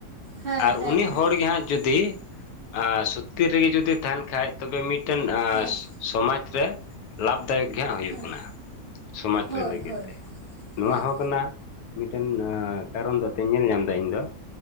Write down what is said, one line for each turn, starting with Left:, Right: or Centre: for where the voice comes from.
Right: ᱦᱮᱸ
Left: ᱟᱨ
Right: ᱦᱮᱸ
Left: ᱩᱱᱤ
Right: ᱦᱮᱸ
Left: ᱦᱚᱲ ᱜᱮ ᱦᱟᱸᱜ ᱡᱩᱫᱤ ᱟᱸᱻ ᱥᱚᱛᱤ ᱨᱮᱜᱮ ᱡᱩᱫᱤ ᱛᱟᱸᱦᱮᱱ ᱠᱷᱟᱡ ᱛᱚᱵᱮ ᱢᱤᱫᱴᱮᱱ ᱟᱸᱻ
Right: ᱦᱮᱸ
Left: ᱥᱚᱢᱟᱡ ᱨᱮ ᱞᱟᱵᱷ ᱫᱟᱭᱚᱠ ᱜᱮ ᱦᱟᱸᱜ ᱦᱩᱭᱩᱜ
Right: ᱦᱮᱸ
Left: ᱠᱟᱱᱟ ᱥᱚᱢᱟᱡᱽ
Right: ᱦᱳᱭ
Left: ᱨᱮ ᱞᱟᱹᱜᱤᱫ
Right: ᱦᱳᱭ
Left: ᱛᱮ ᱱᱚᱣᱟ
Right: ᱦᱮᱸ
Left: ᱦᱚᱸ ᱠᱟᱱᱟ᱾ ᱢᱤᱫᱴᱮᱱ ᱠᱟᱨᱚᱱ ᱠᱟᱛᱮᱧ ᱧᱮᱞ ᱧᱟᱢᱫᱟ, ᱤᱧᱫᱚ